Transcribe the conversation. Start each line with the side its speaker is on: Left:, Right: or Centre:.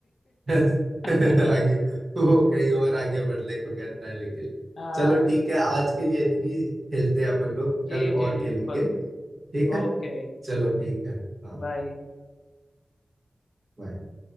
Right: <laughs> आगे
Left: <laughs>
Right: वो कहीं और आगे बढ़ने को कहता है लेकिन
Left: हाँ
Right: चलो ठीक है आज के लिए इतनी ही खेलते हैं अपन
Left: जी
Right: लोग कल और
Left: जी जी
Right: खेलेंगे
Left: बिल्कुल
Right: ठीक है
Left: ओके
Right: चलो ठीक है हाँ
Left: बाय
Right: bye।